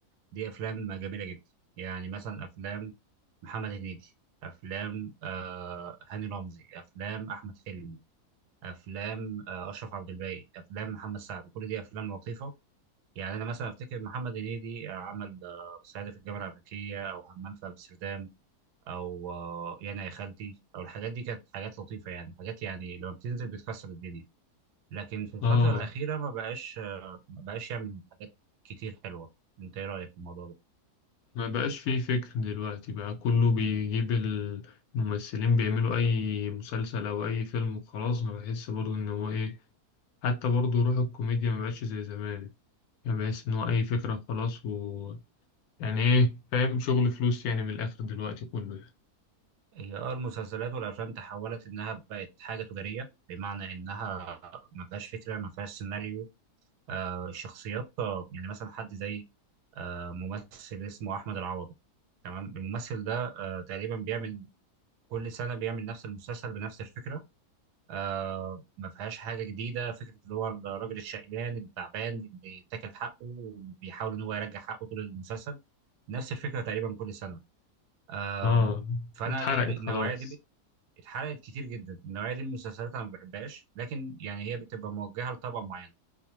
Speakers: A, on the right; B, on the left.
A: دي افلام جميله جدا يعني مثلا افلام محمد هنيدي افلام آه هاني رمزي افلام احمد حلمي افلام آه اشرف عبد الباقي افلام محمد سعد كل دي افلام لطيفه يعني انا مثلا افتكر محمد هنيدي آه، عمل آه صعيدي في الجامعه الامريكيه او همام في امستردام او آه يانا يا خالتي او الحاجات دي كانت حاجات لطيفه يعني حاجات يعني لما بتنزل بتكسر الدنيا لكن في الفتره
B: آه
A: الاخيره ما بقاش آه ما بقاش يعمل حاجات كتير حلوه انت ايه رايك في الموضوع ده
B: ما بقاش فيه فكر دلوقتي بقى كله بيجيب ال- الممثلين بيعملوا أي مسلسل أو أي فيلم وخلاص ما بحس برضو إن هو إيه حتى برضو روح الكوميديا ما بقاش زي زمان يعني بحس إن هو أي فكرة خلاص و يعني ايه فاهم شغل فلوس يعني من الاخر دلوقتي كله يعني.
A: هي اه المسلسلات والافلام تحولت انها بقت حاجه تجاريه بمعنى انها ما فيهاش فكره ما فيهاش سيناريو آه الشخصيات آه، يعني مثلا حد زي آه ممثل اسمه احمد العوضي تمام الممثل ده آه تقريبا بيعمل كل سنه بيعمل نفس المسلسل بنفس الفكره آه ما فيهاش حاجه جديده فكره اللي هو الراجل الشقيان التعبان اللي بيتاكل حقه وبيحاول ان هو يرجع حقه طول المسلسل نفس الفكره تقريبا كل سنه آه
B: اه
A: فانا
B: اتحرقت
A: النوعيه
B: خلاص
A: دي اتحرقت كتير جدا النوعيه دي من المسلسلات انا ما بحبهاش لكن يعني هي بتبقى موجهه لطبقه معينه